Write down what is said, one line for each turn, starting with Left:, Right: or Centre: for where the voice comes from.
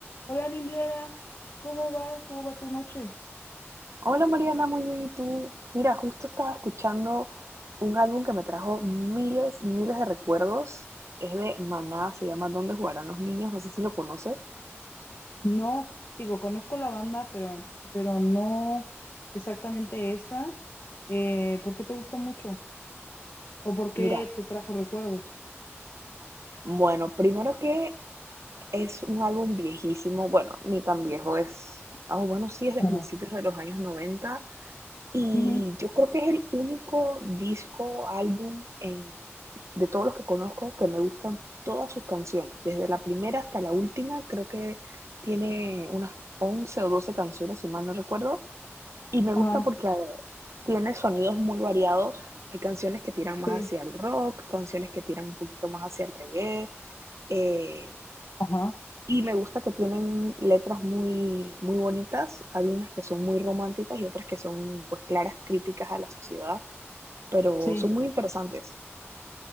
Left: Hola, Nilera, ¿cómo va? ¿Cómo va tu noche?
Right: Hola Mariana, muy bien. ¿Y tú? Mira, justo estaba escuchando un álbum que me trajo miles, miles de recuerdos. Es de Maná, se llama ¿Dónde jugarán los niños? No sé si lo conoces.
Left: No, digo, conozco la banda, pero, pero no exactamente esa. Eh, ¿por qué te gusta mucho? ¿O por qué
Right: Mira,
Left: te trajo recuerdos?
Right: bueno, primero que es un álbum viejísimo, bueno, ni tan viejo es, ah, bueno, sí, es de
Left: Ajá.
Right: principios de los años 90. Y
Left: Ujú,
Right: yo creo que es el único disco, álbum en, de todos los que conozco que me gustan todas sus canciones, desde la primera hasta la última, creo que tiene unas 11 o 12 canciones, si mal no recuerdo, y me
Left: Ajá,
Right: gusta porque eh, tiene sonidos muy variados, hay canciones que tiran más
Left: sí,
Right: hacia el rock, canciones que tiran un poquito más hacia el reggae, eh,
Left: ajá,
Right: y me gusta que tienen letras muy, muy bonitas. Hay unas que son muy románticas y otras que son pues claras críticas a la sociedad, pero
Left: sí.
Right: son muy interesantes.